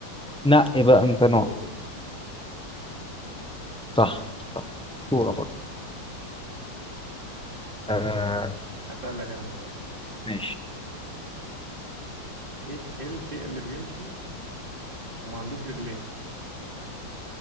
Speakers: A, in the centre; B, on the right.
A: نقي بقى انت نوع
B: اوه
A: صح صح صورة برضه
B: أيوة.
A: آه
B: هسألك انا سؤال
A: ماشي
B: ايش ايه الشيء اللي بيمشي وما عندوش رجلين